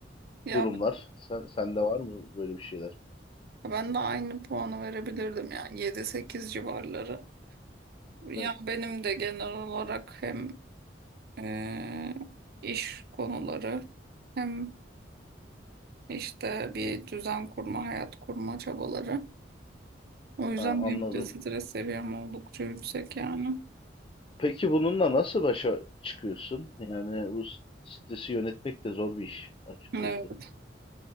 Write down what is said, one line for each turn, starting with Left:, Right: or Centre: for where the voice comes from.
Right: Ya
Left: durumlar? Sen, sende var mı böyle bir şeyler?
Right: ben de aynı puanı verebilirdim yani yedi sekiz civarları. Ya
Left: Evet.
Right: benim de genel olarak hem e, iş konuları hem işte bir düzen kurma, hayat kurma çabaları. O yüzden
Left: Ha, anladım.
Right: benim de stres seviyem oldukça yüksek yani.
Left: Peki bununla nasıl başa çıkıyorsun? Yani bu s- stresi yönetmek de zor bir iş açıkçası.
Right: Evet.